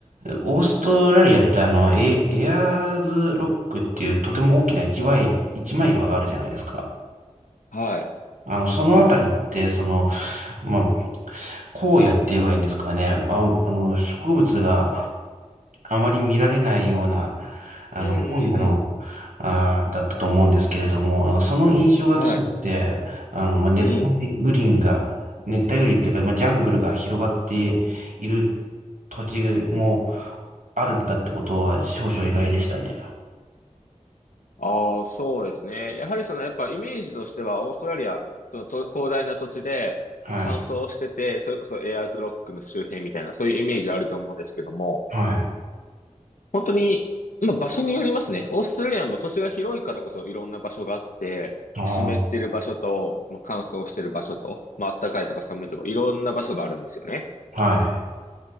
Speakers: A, on the right (about 85°); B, on the left (about 85°).
A: オーストラリアってあの、エ、エアーズロックっていうとても大きな一枚、一枚岩があるじゃないですか。
B: はい。
A: あの、そのあたりって、その、まあ、荒野って言えばいいんですかね。あ、あの、植物があまり見られないような、あの、
B: うんうん
A: 荒野の、あーだったと思うんですけれども、なんかその印象が強くて、
B: うん。はい。
A: あの、まあ、熱帯雨林が、
B: うん。
A: 熱帯雨林っていうか、まあ、ジャングルが広がっている土地もあるんだってことは少々意外でしたね。
B: ああ、そうですね。やはりその、やっぱイメージとしては、オーストラリア、そのと広大な土地で、
A: はい。
B: もう乾燥してて、それこそエアーズロックの周辺みたいな、そういうイメージあると思うんですけども、
A: はい。
B: 本当に、まあ場所によりますね。オーストラリアも土地が広いからこそいろんな場所があって、
A: あ
B: 湿ってる場所と、
A: あ。
B: まあ、乾燥してる場所と、まあ暖かいとか寒いとか、いろんな場所があるんですよね。
A: はい。